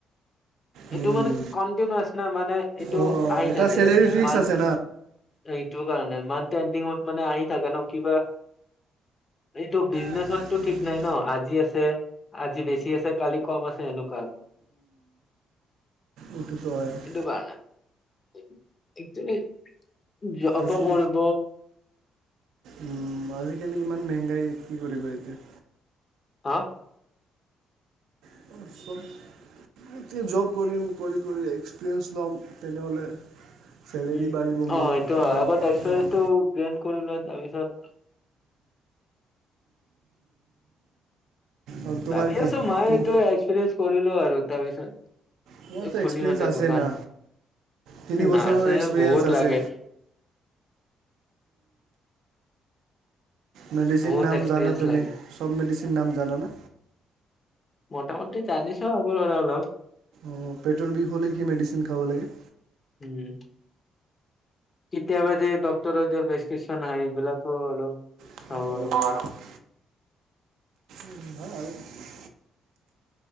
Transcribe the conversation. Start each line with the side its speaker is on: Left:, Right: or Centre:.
Left: এইটো
Right: উম,
Left: মানে কনটিনাচ ন মানে এইটো
Right: অঁ
Left: আহি
Right: এটা
Left: থাকে
Right: চেলেৰি ফিক্স
Left: মান।
Right: আছে
Left: এইটো কাৰণে মান এডিঙত মানে আহি থাকে ন কিবা। এইটো বিজনেচতো
Right: না
Left: ঠিক নাই ন আজি আছে আজি বেছি আছে। কালি কম আছে এনেুৱা।
Right: উটোুটয় <unintelligible>
Left: সেইটো কাৰণে একেল জব
Right: আজি
Left: গল,
Right: উম আজিকালি ইমান মেংগাই কি কৰিবা এতিয়
Left: হা
Right: <unintelligible> এ জব কৰিম কৰি কৰি এক্সপিৰিয়েঞ্চ ল'ম তেনেহ'লে। চেলেৰী
Left: উম
Right: বাঢ়িব মোৰ
Left: অ সেইটো হয়
Right: আৰু
Left: আগ এক্সপিৰিয়েঞ্চটো
Right: অ',
Left: গ্ৰন কৰি ল তাৰপিছত
Right: আৰু তোমাৰ
Left: ভাবি
Right: কি
Left: আছো মই
Right: তুম
Left: এইটো এক্সপিৰিয়েঞ্চ কৰিলো আৰু তাৰপিছত।
Right: তোমাৰতো
Left: খুলিি
Right: এক্সপিৰিয়েঞ্চ
Left: মটা
Right: আছে
Left: দোকান
Right: না। তিনি বছৰৰ
Left: নছে
Right: এক্সপিৰিয়েঞ্চ
Left: বহত
Right: আছে।
Left: লাগে।
Right: মেডিচিন
Left: বহুত
Right: নাম
Left: এক্সপিৰিয়েঞ্চ
Right: জানা তুমি
Left: লাগে
Right: চব মেডিচিন নাম জানাানা?
Left: প্ৰথমতে জানিচিলোঅলপ?
Right: অঁ পেটৰ বিষ হ'লে কি মেডিচিন খাব লাগে।
Left: উম্ কেতিয়াবা যে ডাক্তৰৰ যে প্ৰেছক্ৰিপশ্যন আহে এইবিলাকো অলপ।
Right: উ
Left: চাওঁ আৰু
Right: <unintelligible> নহয় আৰু